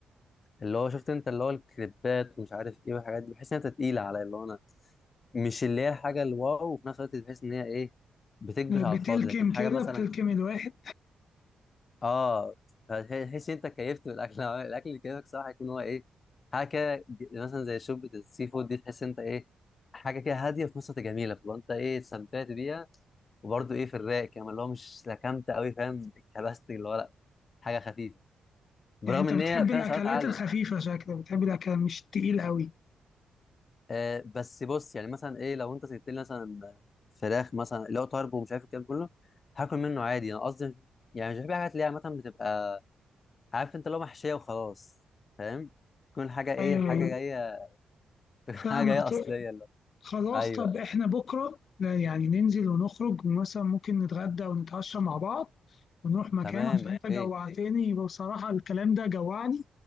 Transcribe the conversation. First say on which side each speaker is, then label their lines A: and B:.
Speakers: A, on the left; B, on the left.
A: اللي هو شفت انت اللي هو الكليبات ومش عارف ايه والحاجات دي بحس ان انت تقيله عليا اللي هو انا مش اللي هي الحاجه الواو وفي نفس الوقت تحس ان هي ايه بتكبس
B: بتلكم
A: على الفاضي لكن حاجه
B: كده
A: مثلا
B: بتلكم الواحد
A: اه تحس انت كيفت بالاكل <laughs> الاكل اللي كيفك صراحه يكون هو ايه حاجه كده ج- مثلا زي شوربه السي فود دي تحس انت ايه حاجه كده هاديه في نفس الوقت جميله فلو انت ايه استمتعت بيها وبرده ايه في الرايق كمان اللي هو مش لكمت قوي فاهم اتكبست اللي هو لا حاجه خفيفه برغم
B: يعني انت
A: ان
B: بتحب
A: هي فيها
B: الاكلات
A: سعرات عاليه
B: الخفيفة شكلك بتحب الاكل مش تقيل قوي
A: آه بس بص يعني مثلا ايه لو انت سبت لي مثلا فراخ مثلا اللي هو طرب ومش عارف الكلام ده كله هاكل منه عادي انا قصدي يعني مش بحب حاجات اللي هي عامه بتبقى عارف انت لو محشيه وخلاص فاهم تكون حاجه ايه
B: ايوه
A: الحاجه جايه <laughs>
B: فاهمك
A: حاجه جايه
B: ط-
A: اصليه اللي هو.
B: خلاص
A: ايوه
B: طب احنا بكرة لا يعني ننزل ونخرج مثلا ممكن نتغدى ونتعشى مع بعض ونروح مكان
A: تمام
B: عشان انت جوعتني
A: اوكي
B: بصراحة الكلام ده جوعني